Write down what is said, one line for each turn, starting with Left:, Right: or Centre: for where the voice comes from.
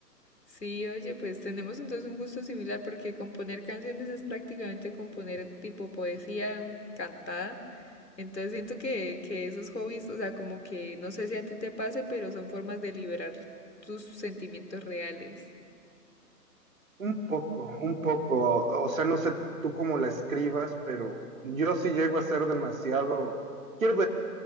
Left: Sí, oye, pues tenemos entonces un gusto similar porque componer canciones es prácticamente componer tipo poesía cantada. Entonces siento que, que esos hobbies, o sea, como que no sé si a ti te pase, pero son formas de liberar tus sentimientos reales.
Right: un poco, un poco. O, o sea, no sé tú cómo la escribas, pero yo sí llego a ser demasiado, quiero